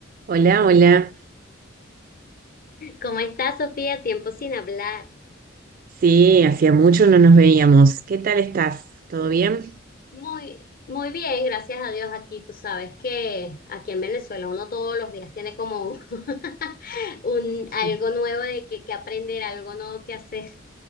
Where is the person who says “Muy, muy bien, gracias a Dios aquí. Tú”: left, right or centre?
Left